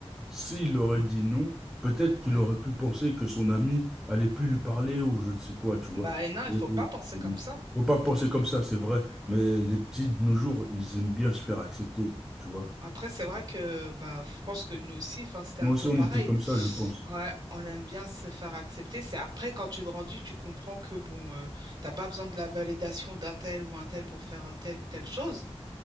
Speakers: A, in the centre; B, on the right (about 40°).
A: s'il aurait dit non, peut-être qu'il
B: Ouais.
A: aurait pu penser que son ami allait plus lui parler ou je ne sais quoi, tu vois.
B: Bah, et non, il
A: Et,
B: faut pas
A: et,
B: penser
A: mm,
B: comme ça.
A: faut pas penser
B: Mm.
A: comme ça, c'est vrai, mais les petits de nos jours, ils aiment bien se faire accepter, tu vois.
B: Après, c'est vrai que bah, je pense que nous aussi, enfin, c'était
A: Nous
B: un
A: aussi,
B: peu
A: on
B: pareil.
A: était comme ça, je pense.
B: Ouais, on aime bien se faire accepter. C'est après, quand tu grandis, tu comprends que bon, euh, t'as pas besoin de la validation d'un tel ou un tel pour faire euh, telle ou telle chose.